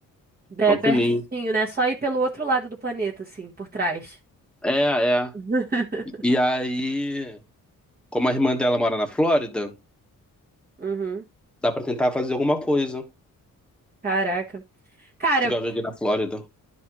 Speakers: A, on the right; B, in the centre.
A: É
B: Tranquilinho.
A: pertinho, né? Só ir pelo outro lado do planeta, assim, por trás.
B: É, é.
A: <laughs>
B: E aí, como a irmã dela mora na Flórida,
A: Uhum.
B: dá pra tentar fazer alguma coisa. Se
A: Caraca. Cara,
B: tiver um joguinho na Flórida.